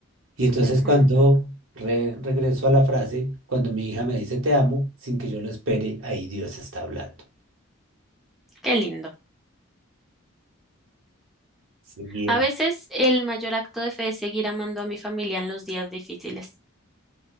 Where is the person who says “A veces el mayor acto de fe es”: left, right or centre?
Centre